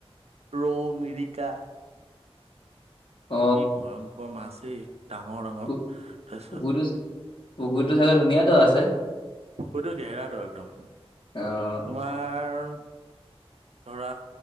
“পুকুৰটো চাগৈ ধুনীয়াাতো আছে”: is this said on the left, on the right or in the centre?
Left